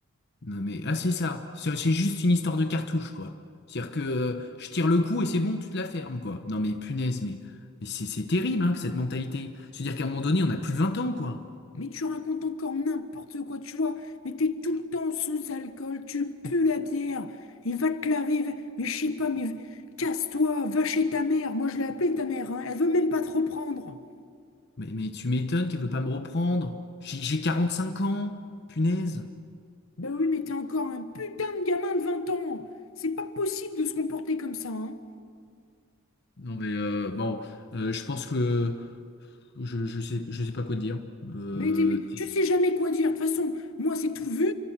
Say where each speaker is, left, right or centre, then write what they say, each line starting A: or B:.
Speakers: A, on the left (about 50°); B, on the left (about 65°).
A: Non mais. Ah c'est ça. C'est c'est juste une histoire de cartouche, quoi. C'est-à-dire que euh, je tire le coup et c'est bon, tu te la fermes, quoi. Non mais punaise, mais, mais c'est c'est terrible, hein, que cette mentalité. C'est-à-dire qu'à un moment donné, on a plus de 20 ans, quoi.
B: Mais tu racontes encore n'importe quoi, tu vois. Mais t'es tout le temps sous alcool, tu pues la bière. Et va te laver, va- mais je sais pas, mais casse-toi, va chez ta mère. Moi, je l'ai appelée ta mère, hein. Elle veut même pas te reprendre.
A: Mais, mais tu m'étonnes qu'elle veut pas me reprendre. J'ai j'ai cinq ans, punaise.
B: Bah oui, mais t'es encore un putain de gamin de 20 ans. C'est pas possible de se comporter comme ça, hein.
A: Non mais euh, bon, euh, je pense que je, je sais je sais pas quoi te dire. Euh,
B: Mais t'es- tu sais jamais quoi dire. De toute façon, moi, c'est tout vu.